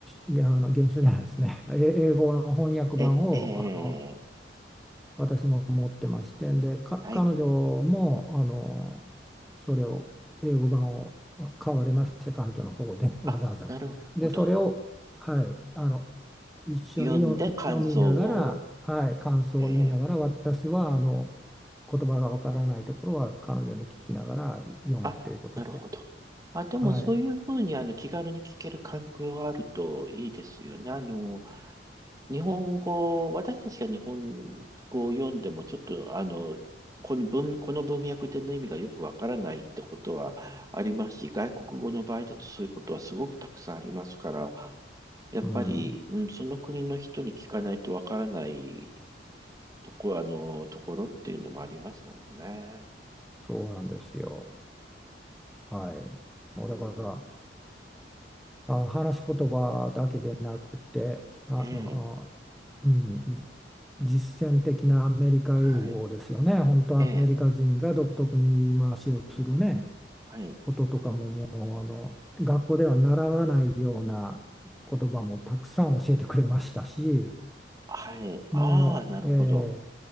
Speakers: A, in the centre; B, on the right.
A: 種、あの原種じゃないですね、え英語の翻訳版を、
B: ー、え、え
A: あの、
B: ー、
A: 私も持ってましてでか彼女もあの
B: はい。
A: それを英語版を買われまして彼女の方で <laughs> わざわざでそれを、
B: あ、なるほど。
A: はい、あの一緒に読読みながら、
B: 読んで感想を、
A: はい、感想を言いながら私はあの
B: えー
A: 言葉がわからないところは彼女に聞きながら読むっていうことをして、
B: あ、なるほど。あ、でもそういうふうにあの気軽に聞ける環境があるといいですよね。
A: はい、
B: あの、日本語、私たちが日本語を読んでもちょっとあの、この文、この文脈での意味がよくわからないってことはありますし、外国語の場合だとそういうことはすごくたくさんありますから、やっぱり、
A: うん、
B: うん、その国の人に聞かないとわからないとこ、あの、ところっていうのもありますもんね。
A: そうなんですよ。はい、もうだから
B: うん
A: あの話し言葉だけでなくてあの、
B: ええ、
A: うん、じ実践的なアメリカ英語ですよね。
B: はい、
A: 本当アメリカ人が独特に言い回しをするね、
B: ええ、はい、
A: こととかも、もうあの学校では習わないような言葉もたくさん教えてくれましたし、
B: はい、ああ、
A: もう、
B: なるほど。
A: えー